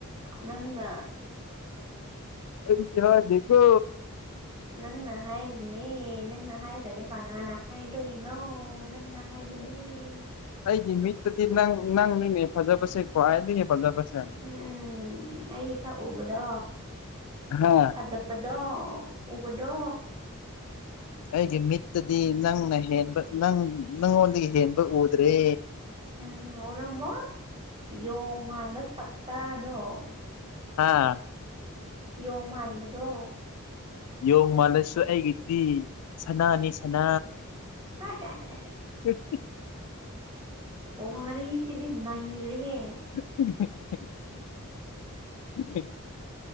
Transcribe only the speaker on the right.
ꯅꯪꯅ
ꯅꯪꯅ ꯍꯥꯏꯔꯤꯅꯦ ꯅꯪꯅ ꯍꯥꯏꯗ ꯀ ꯅ ꯅ ꯍꯥꯏꯗꯣ ꯏꯅꯣ ꯅꯪꯅ ꯍꯥꯏ ꯑꯅꯦ
ꯎꯝ ꯑꯩꯒꯤꯁ ꯎꯕꯗꯣ
ꯑꯖꯕꯗꯣ ꯎꯨꯕꯗꯣ
ꯎꯝ ꯎꯔꯝꯃꯣ ꯌꯣꯡꯃꯗ ꯁꯛꯇꯗꯣ
ꯌꯣꯃꯟꯕꯗꯣ
ꯍ
ꯑꯣ ꯋꯥꯔꯁꯤꯗꯤ ꯅꯩꯔꯒꯦ